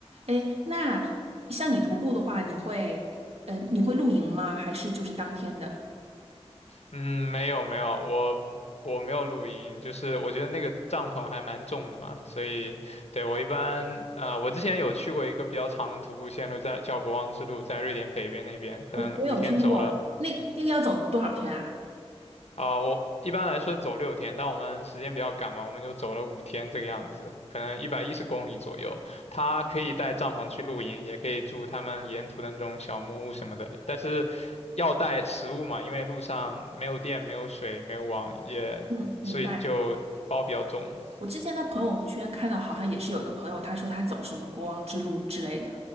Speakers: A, on the right (about 65°); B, on the left (about 75°).
A: 哎，那像你徒步的话，你会，嗯、你会露营吗？还是就是当天的？
B: 嗯，没有没有，我我没有录音，就是我觉得那个帐篷还蛮重的嘛，所以对我一般呃，我之前有去过一个比较长的徒步线路在，叫国王之路，在瑞典北边那边，可能五天走了
A: 我我有听过，那那个要走多少天啊？
B: 啊、我一般来说是走六天，但我们时间比较赶嘛，我们就走了五天这个样子，可能一百一十公里左右。他可以带帐篷去露营，也可以住他们沿途的那种小木屋什么的，但是要带食物嘛，因为路上没有电、没有水、没有网，也所以就包比较重。
A: 嗯，明白。我之前在朋友圈看到，好像也是有一个朋友，他说他走什么国王之路之类的。